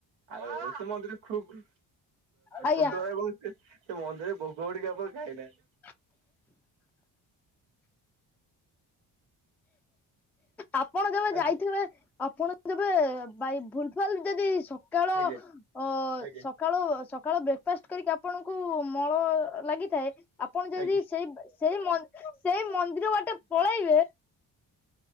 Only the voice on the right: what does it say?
ଆଉ ସେ ମନ୍ଦିର ଖୁବ
ସୁନ୍ଦର ଏବଂ ସେ ସେ ମନ୍ଦିରରେ ଭୋଗ ଗୁଡିକ ଆପଣ ଖାଇନାହାନ୍ତି।
ଆଜ୍ଞା
ଆଜ୍ଞା
ଆଜ୍ଞା
ଆଜ୍ଞା